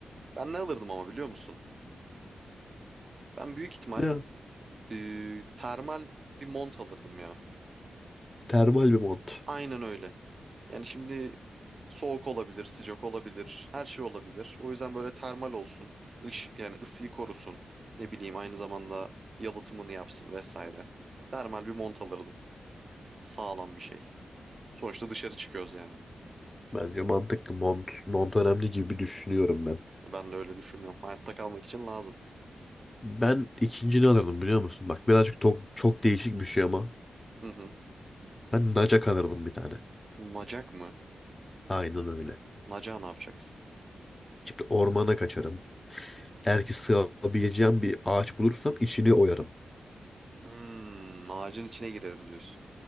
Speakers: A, on the right; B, on the left.
A: Ben ne alırdım ama biliyor musun? Ben büyük ihtimal
B: Ya,
A: e, termal bir mont alırdım ya.
B: termal bir mont.
A: Aynen öyle. Yani şimdi soğuk olabilir, sıcak olabilir, her şey olabilir. O yüzden böyle termal olsun, ış yani ısıyı korusun, ne bileyim aynı zamanda yalıtımını yapsın vesaire. Termal bir mont alırdım, sağlam bir şey. Sonuçta dışarı çıkıyoruz yani.
B: Bence mantıklı mont. Mont önemli gibi düşünüyorum ben.
A: Ben de öyle düşünüyorum. Hayatta kalmak için lazım.
B: Ben ikincini alırdım biliyor musun? Bak birazcık çok, çok değişik bir şey ama.
A: Hı hı.
B: Ben nacak alırdım bir tane.
A: Nacak mı?
B: Aynen öyle.
A: Nacağı ne yapacaksın?
B: Şimdi ormana kaçarım. Eğer ki sığabileceğim bir ağaç bulursam içini oyarım.
A: Hmm, ağacın içine girerim diyorsun.